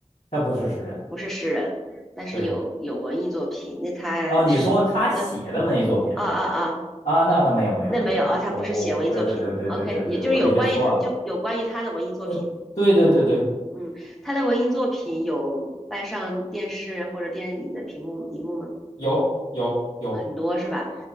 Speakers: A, on the left; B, in the centre.
A: 她不是诗人。
B: 不是诗人，但是有有文艺作品。
A: 对。
B: 那他是，
A: 哦，你说他写的文艺作品是吧？
B: 嗯、啊啊啊，
A: 啊，那那没有没有没有没有，
B: 那没有啊，他不是写文艺作品的。
A: 我我我，对对对对对对对，
B: OK，也就是有关于他，
A: 我理解错了。
B: 就有关于他的文艺作品。
A: 呃，对对对对，
B: 嗯，他的文艺作品有搬上电视或者电影的屏幕荧幕吗？
A: 有有有，
B: 很多是吧？